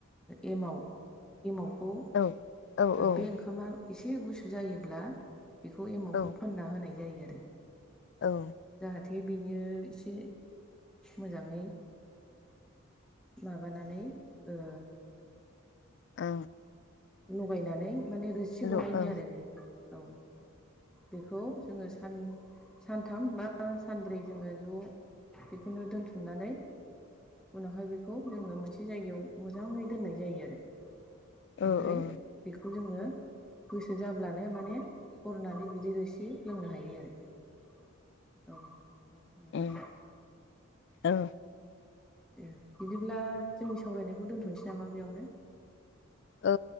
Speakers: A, in the centre; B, on the left.
A: एमाव एमावखौ
B: औ औ
A: बे ओंखामा एसे गुसु जायोब्ला बेखौ एमावखौ
B: औ
A: फोनना होनाय जायो आरो।
B: औ।
A: जाहाथे बेयो एसे मोजाङै माबानानै ओ
B: औ।
A: लगायनानै माने रोसि गनायनि
B: औ औ
A: आरो बे औ बेखौ जोङो सान सानथाम बा सानब्रै जोङो ज' बेखौनो दोनथुमनानै उनावहाय बेखौ जोङो मोनसे जायगायाव मोजाङै दोननाय जायो आरो।
B: औ
A: ओमफ्राय
B: औ
A: बेखौ जोङो गोसो जाब्लानो माने हरनानै बिदिर एसे लोंनो हायो आरो औ औ नोंथां।
B: उम औ।
A: दे बिदिब्ला जोंनि सावरायनायखौ दोन्थ'नोसै नामा बेयावनो।
B: अ